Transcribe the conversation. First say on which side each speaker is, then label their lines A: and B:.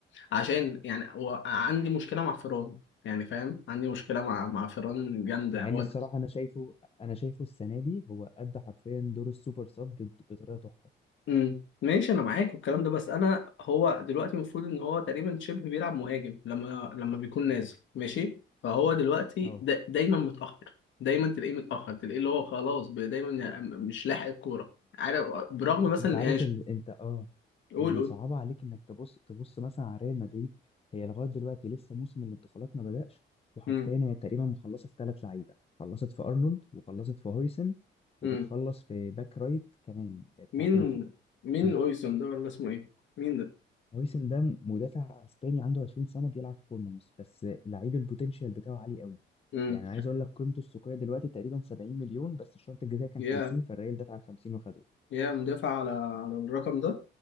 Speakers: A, on the left (about 70°); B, on the left (about 30°).
A: عشان يعني هو عندي مشكله مع فيران يعني فاهم عندي مشكله مع مع فيران جامده
B: مع
A: هو
B: ان الصراحه انا شايفه انا شايفه السنه دي هو ادى حرفيا دور السوبر سب بط- بطريقه تحفه
A: امم ماشي انا معاك والكلام ده بس انا هو دلوقتي المفروض ان هو تقريبا شبه بيلعب مهاجم لما لما بيكون نازل ماشي فهو دلوقتي
B: اه
A: دا دايما متاخر دايما تلاقيه متاخر تلاقيه اللي هو خلاص ب- دايما مش لاحق الكوره عارف برغم مثلا
B: انت عارف
A: يعني ش-
B: ال... انت اه
A: قول
B: اللي
A: قول
B: صعب عليك انك تبص تبص مثلا على ريال مدريد هي لغايه دلوقتي لسه موسم الانتقالات ما بدأش وحرفيا
A: امم
B: هي تقريبا مخلصه في ثلاث لعيبه خلصت في ارنولد وخلصت في هويسن
A: امم
B: وبتخلص في باك رايت كمان بتاع
A: مين
B: بنفيكا
A: مين
B: فانت-
A: اويسون ده ولا اسمه ايه مين ده
B: هويسن ده مدافع اسباني عنده 20 سنه بيلعب في بورنموث بس لعيب البوتنشال بتاعه عالي قوي
A: امم
B: يعني عايز اقول لك قيمته السوقيه دلوقتي تقريبا 70 مليون بس الشرط الجزائي كان
A: يا
B: 50 فالريال دفع ال 50 وخده
A: يا مدافع على على الرقم ده